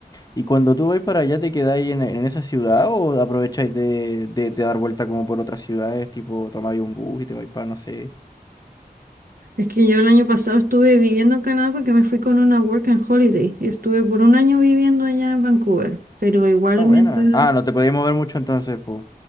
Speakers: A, on the left; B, on the right.
A: ¿Y cuando tú vais para allá, te quedáis en, en esa ciudad o aprovecháis de, de- de dar vuelta como por otras ciudades? Tipo, tomáis un bus y te vais para, no sé.
B: Es que yo el año pasado estuve viviendo en Canadá porque me fui con una work and holiday y estuve por un año viviendo allá en Vancouver, pero igual
A: Ah, buena.
B: mientras
A: Ah, no te podías mover mucho entonces, pues.